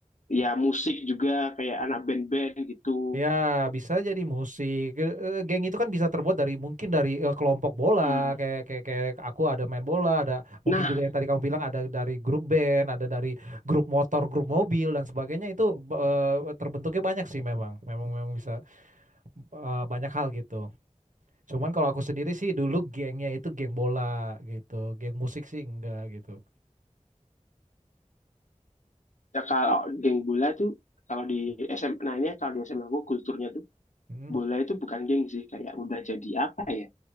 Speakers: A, on the left; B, on the right.
A: ya musik juga kayak anak band-band gitu
B: ya bisa jadi musik Eh, eh, geng itu kan bisa terbuat dari mungkin dari eh, kelompok bola
A: Hmm.
B: kayak kayak kayak aku ada main bola ada
A: nah
B: mungkin juga yang tadi kamu bilang ada dari grup band ada dari grup motor grup mobil dan sebagainya itu eh, terbentuknya banyak sih memang memang memang bisa eh, banyak hal gitu Cuman kalau aku sendiri sih dulu gengnya itu geng bola gitu, geng musik sih enggak gitu.
A: ya kalau geng bola tuh kalau di SMA-nya kalau di SMA gue kulturnya tuh
B: Mm,
A: bola itu bukan geng sih kayak udah jadi apa ya